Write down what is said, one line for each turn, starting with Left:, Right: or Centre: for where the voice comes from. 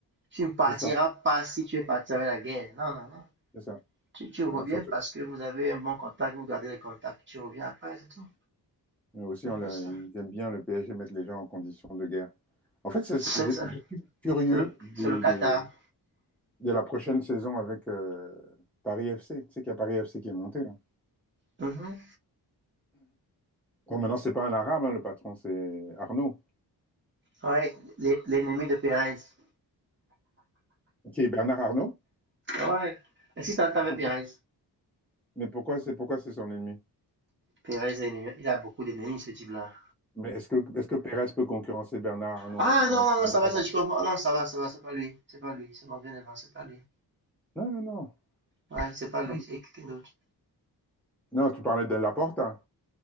Right: Tu ne partiras
Centre: C'est ça,
Right: pas si tu es parti avec la guerre. Non, non, non.
Centre: c'est ça.
Right: Tu, tu reviens
Centre: Ouais, surtout.
Right: parce que vous avez un bon contact, vous gardez les contacts, tu reviens après, c'est tout.
Centre: Mais aussi,
Right: C'est
Centre: on
Right: un peu
Centre: l'a-
Right: ça.
Centre: ils aiment bien le PSG mettre les gens en condition de guerre. En fait, c'est-
Right: C'est
Centre: je,
Right: ça.
Centre: je suis curieux
Right: C'est le,
Centre: de,
Right: c'est le Qatar.
Centre: de- de la prochaine saison avec euh, Paris FC. Tu sais qu'il y a Paris FC qui est monté, là.
Right: Mhm.
Centre: Bon, maintenant, c'est pas un arabe, hein, le patron, c'est Arnaud.
Right: Ouais, l'é- l'ennemi de Perez.
Centre: Qui est Bernard Arnaud?
Right: Ouais. Est-ce que t'entends
Centre: Pourquoi?
Right: Perez?
Centre: Mais pourquoi c'est pourquoi c'est son ennemi?
Right: Perez, est ennemi- il a beaucoup d'ennemis, ce type-là.
Centre: Mais est-ce que, est-ce que Pérez peut concurrencer Bernard Arnault
Right: Ah
Centre: en,
Right: non, non,
Centre: en,
Right: non, ça
Centre: en état
Right: va, ça,
Centre: d'argent?
Right: je comprends. Non, ça va, ça va, c'est pas lui. C'est pas lui. C'est mon bien avant, c'est pas lui.
Centre: Non, non, non.
Right: Ouais, c'est pas lui,
Centre: Non,
Right: c'est quelqu'un d'autre.
Centre: Non, tu parlais de Laporte. hein.